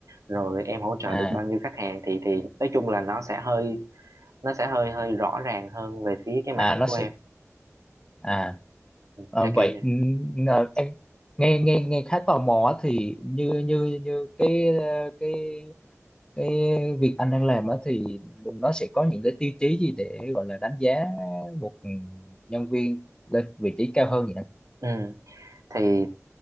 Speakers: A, on the right (about 85°); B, on the left (about 15°).
A: rồi em hỗ trợ
B: à
A: được bao nhiêu khách hàng thì thì nói chung là nó sẽ hơi nó sẽ hơi hơi rõ ràng hơn về phía cái mảng
B: à nó
A: của
B: sẽ
A: em
B: à,
A: theo
B: à vậy
A: kiểu vậy
B: ừ, ngờ- em nghe nghe nghe khá tò mò á, thì như như như cái ờ, cái cái việc anh đang làm á thì nó sẽ có những cái tiêu chí gì để gọi là đánh giá một nhân viên lên vị trí cao hơn vậy anh?
A: ừ. thì